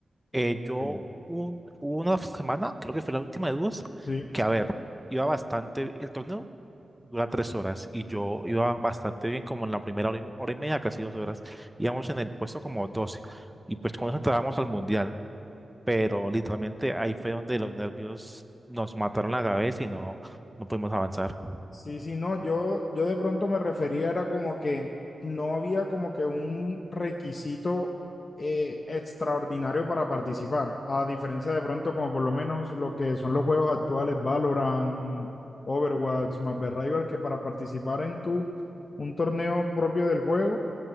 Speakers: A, in the centre; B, on the left.
A: Eh, yo
B: ok.
A: un- hubo una semana, creo que fue la última de dos,
B: Sí.
A: que a ver, iba bastante el torneo dura tres horas y yo iba bastante bien, como en la primera hora y, hora y media, casi dos horas, íbamos en el puesto como 12 y pues con eso entrábamos al mundial, pero literalmente ahí fue donde los nervios nos mataron la cabeza y no, no pudimos avanzar.
B: Sí, sí, no, yo, yo de pronto me refería, era como que no había como que un requisito eh, extraordinario para participar, a diferencia de pronto como por lo menos lo que son los juegos actuales, Valorant, Overwatch, Marvel Rivals, que para participar en tu, un torneo propio del juego,